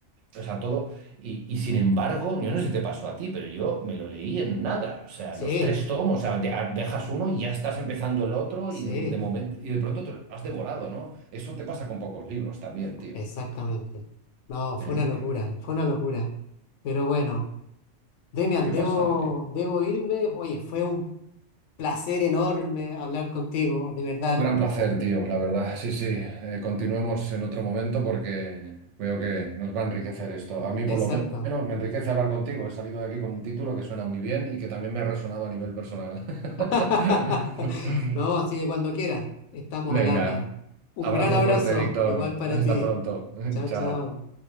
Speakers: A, on the right; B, on the left.
A: o sea, todo. Y, y sin embargo, yo no sé si te pasó a ti, pero yo me lo leí en nada. O sea,
B: Sí,
A: los tres tomos. O sea, de- a- dejas uno y ya estás empezando el otro
B: sí,
A: y de, de momento, y de pronto te lo has devorado, ¿no? Eso te pasa con pocos libros también, tío.
B: exactamente. No, fue
A: ¿Eh?
B: una locura,
A: Qué,
B: fue una locura. Pero bueno. Demian,
A: qué
B: debo,
A: pasada, tío.
B: debo irme. Oye, fue un placer enorme hablar contigo, de verdad.
A: Un gran placer, tío, la verdad. Sí, sí. Eh, continuemos en otro momento porque veo que nos va a enriquecer esto. A mí, por
B: Exacto.
A: lo men- menos, me enriquece hablar contigo. He salido de aquí con un título que suena muy bien y que también me ha resonado a nivel personal. <laughs>
B: <laughs> No, así que cuando quieras, estamos
A: Venga,
B: al habla. Un
A: abrazo
B: gran abrazo,
A: fuerte, Víctor.
B: igual para
A: <laughs> Hasta
B: ti.
A: pronto. <laughs>
B: Chao,
A: Chao.
B: chao.